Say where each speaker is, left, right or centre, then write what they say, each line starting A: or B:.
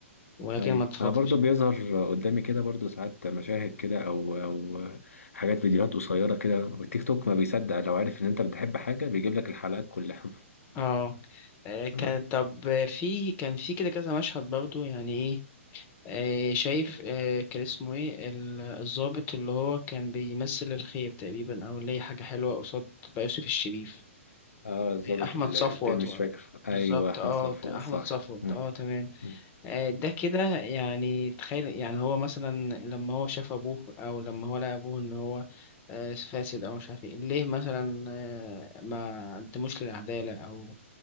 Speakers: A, on the left (about 25°); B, on the left (about 80°).
A: ولكن
B: ايوه
A: ما اتفرجتش
B: انا برضو بيظهر قدامي كده برضو ساعات مشاهد كده او او حاجات فيديوهات قصيرة كده والتيك توك ما بيصدق لو عارف ان انت بتحب حاجة بيجيب لك الحلقات كلها
A: اه آه، كان
B: تمام.
A: طب في كان في كده كذا مشهد برضو يعني ايه آه، شايف آه، كان اسمه ايه ال- الضابط اللي هو كان بيمثل الخير تقريبا او اللي هي حاجه حلوه قصاد بقى يوسف الشريف
B: اه الظابط
A: آه، احمد
B: التاني
A: صفوت
B: مش
A: ولا-
B: فاكر ايوه
A: بالظبط
B: احمد
A: اه
B: صفوت
A: ت- احمد
B: صح
A: صفوت
B: مم.
A: اه تمام
B: مم.
A: آه، ده كده يعني تخيل يعني هو مثلا لما هو شاف ابوه او لما هو لقى ابوه ان هو آه، فاسد او مش عارف ايه ليه مثلا آه، ما قدموش للعدالة او